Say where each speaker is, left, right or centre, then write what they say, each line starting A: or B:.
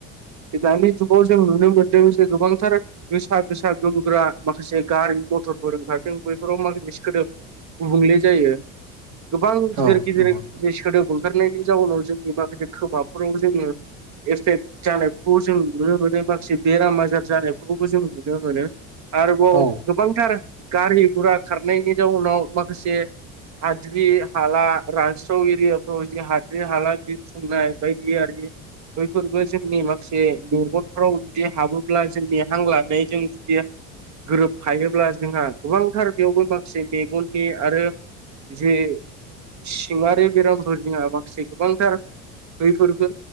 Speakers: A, on the right; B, on the right.
A: बे दानि जुगावजों नुनो मोनदों जे गोबांथार गोसा गोसा गोमग्रा माखासे गारि मथरफोर ओंखारदों बैफोराव माखासे सोदोब गुबुंले जायो गोबां
B: औ
A: गिदिर गिदिर
B: नंगौ
A: जे सोदोब ओंखारनायनि जाउनाव जोंनि माखासे खोमाफोराव जोङो एफेक्ट जानायफोरखौ जों नुनो मोनो माखासे बेराम आजार जानायबो जों नुनो मोनो आरोबाव
B: औ
A: गोबांथार गारि गुरा खारनायनि जाउनाव माखासे हाद्रि हला रानस्राव एरियाफ्राव हाद्रि हला संनाय बायदियि बैफोरबो जोंनि माखासे मेगनफ्राव जुदि हाबोब्ला जों हां लानाय जों जुदि गोरोबफायोब्ला जोंहा गोबांथार बेयावबो माखासे मेगननि आरो जे सिङारि बेरामफोरनिया माखासे गोबांथार बैफोरबो